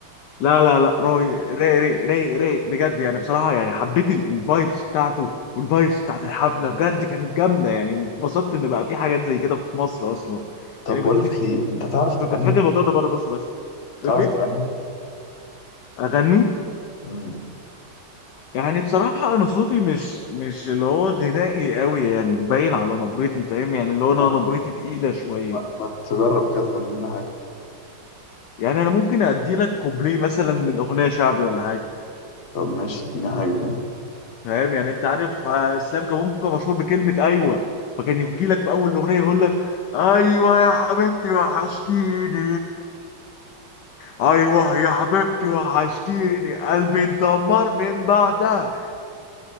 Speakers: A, on the left (about 70°); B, on the left (about 45°).
A: لا لا لا رايق رايق رايق رايق رايق بجد يعني بصراحه يعني حبيت ال- الفايبس بتاعته والفايبس بتاعت الحفله بجد كانت جامده يعني اتبسطت ان بقى في حاجات زي كده في مصر اصلا
B: طب
A: يعني
B: بقول
A: كنت
B: لك
A: فاكر
B: ايه انت تعرف تغني
A: <laughs> كنت فاكر الموضوع ده بره مصر بس تقول
B: تعرف
A: لي
B: تغني
A: اغني
B: امم
A: يعني بصراحة أنا صوتي مش مش اللي هو غنائي قوي يعني باين على نبرتي فاهم يعني اللي هو
B: ما,
A: أنا نبرتي تقيلة شوية
B: ما, ما تجرب كده تغني لنا حاجة
A: يعني انا ممكن ادي لك كوبليه مثلا من اغنيه شعبي ولا حاجه
B: طب ماشي ادينا حاجة كده
A: فاهم يعني انت عارف آه، اسلام كابونجا مشهور بكلمه ايوه فكان يجي لك في اول الاغنيه يقول لك ايوه يا حبيبتي وحشتيني ايوه يا حبيبتي وحشتيني قلبي اتدمر من بعدها